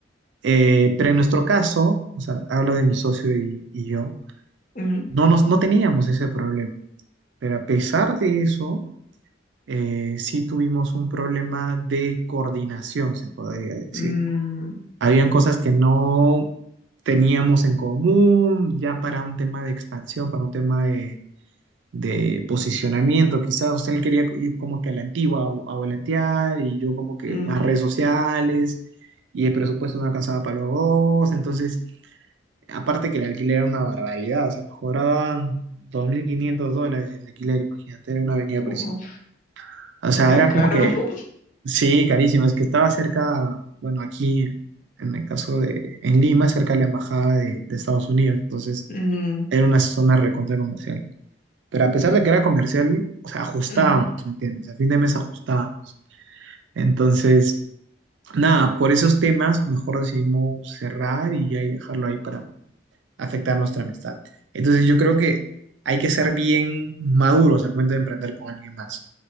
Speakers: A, on the right; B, on the left.
A: Eh, pero en nuestro caso, o sea, hablo de mi socio y, y yo,
B: ujú,
A: no, nos, no teníamos ese problema. Pero a pesar de eso, eh, sí tuvimos un problema de coordinación, se podría decir.
B: mm,
A: Habían cosas que no teníamos en común, ya para un tema de expansión, para un tema de, de posicionamiento, quizás usted él quería ir como que a la antigua, a, a volantear, y yo como que
B: mm,
A: más redes sociales, y el presupuesto no alcanzaba para los dos, entonces, aparte que el alquiler era una barbaridad, o sea, nos cobraban 2.500 dólares el alquiler, imagínate, era una avenida
B: uf,
A: principal. O sea,
B: muy
A: era
B: caro.
A: como que
B: <laughs>
A: Sí, carísimo. Es que estaba cerca, bueno, aquí en el caso de, en Lima, cerca de la embajada de, de Estados Unidos. Entonces,
B: Mm,
A: era una zona recontra comercial. Pero a pesar de que era comercial, o sea, ajustábamos,
B: ujú,
A: ¿me entiendes? A fin de mes ajustábamos. Entonces, nada, por esos temas, mejor decidimos cerrar y ahí dejarlo ahí para no afectar nuestra amistad. Entonces, yo creo que hay que ser bien maduros al momento de emprender con alguien más.